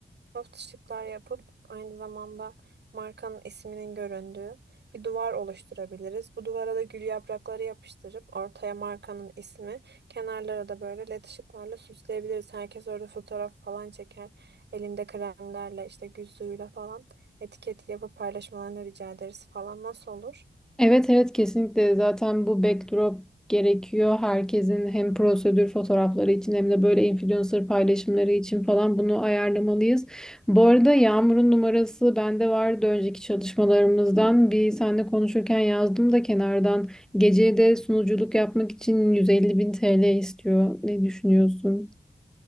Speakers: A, on the right; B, in the centre.
A: Şıklar yapıp aynı zamanda markanın isminin göründüğü bir duvar oluşturabiliriz. Bu duvara da gül yaprakları yapıştırıp ortaya markanın ismi, kenarlara da böyle led ışıklarla süsleyebiliriz. Herkes orada fotoğraf falan çeker. Elinde kremlerle işte gül suyuyla falan etiket yapıp paylaşmalarını rica ederiz falan. Nasıl olur?
B: Evet evet kesinlikle zaten bu backdrop gerekiyor. Herkesin hem prosedür fotoğrafları için hem de böyle influencer paylaşımları için falan bunu ayarlamalıyız. Bu arada Yağmur'un numarası bende vardı önceki çalışmalarımızdan. Bir seninle konuşurken yazdım da kenardan. Geceye de sunuculuk yapmak için 150 bin TL istiyor. Ne düşünüyorsun?